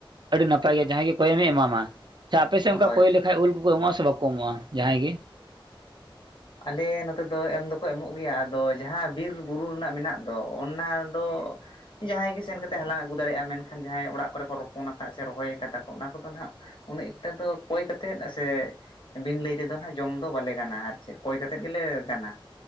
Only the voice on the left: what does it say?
ᱦᱳᱭ
ᱟᱞᱮ ᱱᱚᱛᱮ ᱫᱚ ᱮᱢ ᱫᱚᱠᱚ ᱮᱢᱚᱜ ᱜᱮᱭᱟ ᱟᱫᱚ ᱡᱟᱦᱟᱸ ᱵᱤᱨ ᱵᱩᱨᱩ ᱨᱮᱱᱟᱜ ᱢᱮᱱᱟᱜ ᱫᱚ ᱚᱱᱟ ᱫᱚ ᱡᱟᱦᱟᱸᱭ ᱜᱮ ᱥᱮᱱ ᱠᱟ ᱠᱟᱛᱮᱮᱫ ᱦᱟᱞᱟᱝ ᱟᱹᱜᱩ ᱡᱟᱦᱟᱹᱭ ᱡᱟᱦᱟᱹᱭ ᱜᱮ ᱥᱮᱱ ᱠᱟᱛᱮ ᱦᱟᱞᱟᱹᱝ ᱟᱜᱩ ᱡᱟᱸᱦᱟᱭ ᱜᱮ ᱥᱮᱱ ᱠᱟᱛᱮ ᱦᱟᱞᱟᱝ ᱟᱹᱜᱩ ᱫᱟᱲᱮᱭᱟᱜᱼᱟ ᱢᱮᱱᱠᱷᱟᱱ ᱡᱟᱦᱟᱸᱭ ᱚᱲᱟᱜ ᱠᱚᱨᱮ ᱠᱚ ᱨᱚᱯᱚᱱ ᱟᱠᱟᱫ ᱥᱮ ᱨᱚᱦᱚᱭ ᱠᱟᱫᱟ ᱠᱚ ᱚᱱᱟ ᱠᱚᱫᱚ ᱱᱟᱸᱜ ᱩᱱᱟᱹᱜ ᱮᱠᱴᱟ ᱫᱚ ᱠᱚᱭ ᱠᱟᱛᱮᱫ ᱥᱮ ᱵᱤᱱ ᱞᱟᱹᱭ ᱛᱮᱫᱚ ᱱᱟᱜ ᱡᱚᱢ ᱫᱚ ᱵᱟᱞᱮ ᱜᱟᱱᱟ ᱟᱨᱠᱤ ᱪᱮᱫ ᱠᱚᱭ ᱠᱟᱛᱮᱫ ᱜᱮᱞᱮ ᱜᱟᱱᱟ